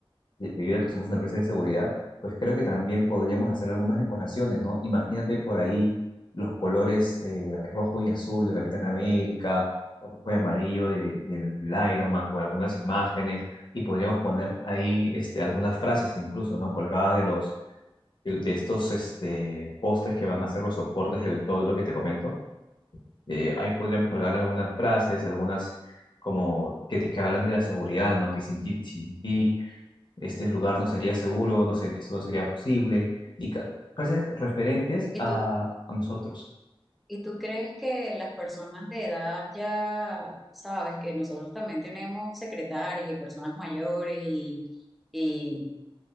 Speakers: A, on the left (about 55°); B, in the centre.
A: de- debido a que somos una empresa de seguridad, pues creo que también podríamos hacer algunas decoraciones, ¿no? Imagínate por ahí los colores eh, rojo y azul de Capitán América, o rojo y amarillo de- del Iron Man con algunas imágenes, y podríamos poner ahí este, algunas frases incluso, ¿no? Colgadas de los... de de estos este, postes que van a ser los soportes del toldo que te comento. Eh, ahí podríamos colgar algunas frases, algunas como que, te- que hablan de la seguridad, ¿no? Que sin ti, sin ti este lugar no sería seguro, no sé, esto no sería posible, y ca- frases referentes
B: ¿Y
A: a,
B: tú,
A: a nosotros.
B: y tú crees que las personas de edad ya, sabes, que nosotros también tenemos secretarias y personas mayores y, y